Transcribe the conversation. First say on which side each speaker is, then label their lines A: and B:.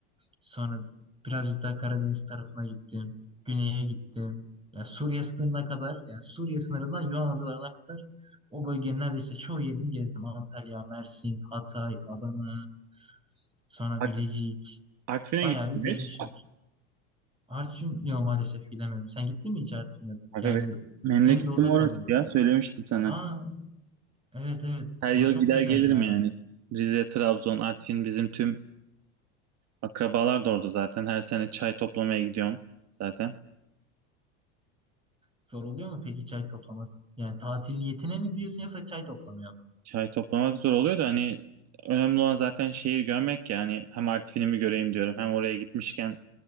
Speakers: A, on the right; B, on the right.
A: Sonra birazcık daha Karadeniz tarafına gittim. Güney'e gittim. Yani Suriye sınırına kadar, yani Suriye sınırından Yunan adalarına kadar o bölgenin neredeyse çoğu yerini gezdim. Antalya, Mersin, Hatay, Adana, sonra
B: Ar-
A: Bilecik.
B: Artvin'e
A: Bayağı
B: gittim
A: bir gezmişim.
B: hiç.
A: Artvin yok maalesef gidemedim. Sen gittin mi hiç Artvin'e?
B: Aga
A: Yani
B: be. Memleketim
A: en doğuda
B: orası
A: kalıyor.
B: ya söylemiştim sana.
A: Aa evet evet.
B: Her
A: Orası
B: yıl
A: çok
B: gider
A: güzel
B: gelirim
A: ya.
B: yani. Rize, Trabzon, Artvin bizim tüm akrabalar da orada zaten. Her sene çay toplamaya gidiyorum zaten.
A: Zor oluyor mu peki çay toplamak? Yani tatil niyetine mi gidiyorsun yoksa çay toplamaya mı?
B: Çay toplamak zor oluyor da hani önemli olan zaten şehir görmek ya. Hani hem Artvin'imi göreyim diyorum hem oraya gitmişken